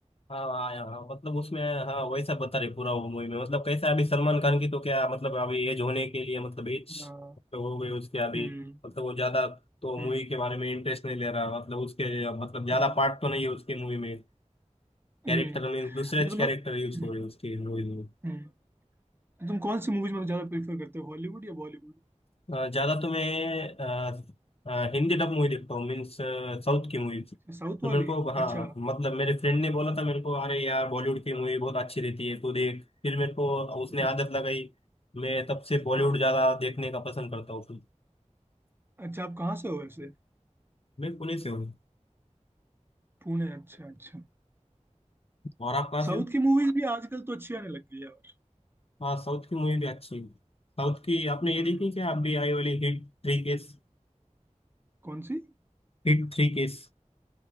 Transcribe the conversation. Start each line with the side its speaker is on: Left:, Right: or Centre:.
Left: हाँ हाँ हाँ, हाँ, मतलब उसमें हाँ वैसा बता रहे पूरा वो मूवी में मतलब कैसा अभी सलमान खान की तो क्या मतलब अभी एज होने के लिए मतलब एज
Right: हाँ,
Left: तो हो गई उसके अभी
Right: हम्म
Left: मतलब वो ज्यादा तो
Right: हम्म
Left: मूवी के बारे में इंटरेस्ट नहीं ले रहा मतलब उसके मतलब ज्यादा
Right: हम्म
Left: पार्ट तो नहीं है उसके मूवी में
Right: हम्म।
Left: कैरेक्टर
Right: अच्छा,
Left: मीन दूसरे
Right: तो
Left: कैरेक्टर
Right: तुम
Left: यूज
Right: हम्म,
Left: हो रहे हैं उसकी मूवी में
Right: हम्म। तो तुम कौन सी मूवीज मतलब ज्यादा प्रेफर करते हो हॉलीवुड या बॉलीवुड
Left: अ, ज्यादा तो मैं अ, अ, हिंदी डब मूवी देखता हूँ मीन्स साउथ की मूवी तो
Right: अच्छा साउथ वाली
Left: मेरे को हाँ
Right: अच्छा हम्म,
Left: मतलब मेरे फ्रेंड ने बोला था मेरे को अरे यार बॉलीवुड की मूवी बहुत अच्छी रहती है तू देख फिर मेरे को
Right: हम्म,
Left: उसने
Right: हम्म।
Left: आदत लगाई मैं तब से बॉलीवुड
Right: हाँ हाँ
Left: ज्यादा देखने का पसंद करता हूँ फिर
Right: अच्छा आप कहाँ से हो वैसे
Left: मैं पुणे से हूँ
Right: पुणे अच्छा अच्छा
Left: और आप कहाँ
Right: साउथ
Left: से हो?
Right: की मूवीज भी आजकल तो अच्छी आने लग गई है यार
Left: हाँ साउथ की मूवी भी अच्छी है साउथ की आपने
Right: हम्म
Left: ये देखी क्या आप भी आई वाली HIT three case
Right: कौन सी
Left: HIT three case